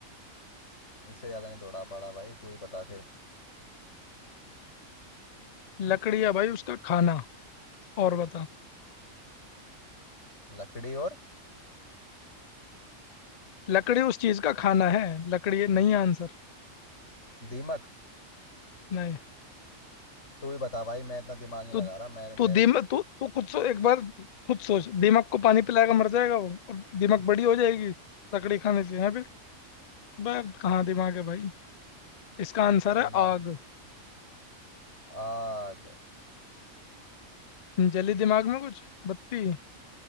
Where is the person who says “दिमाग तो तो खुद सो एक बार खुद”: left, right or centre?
Left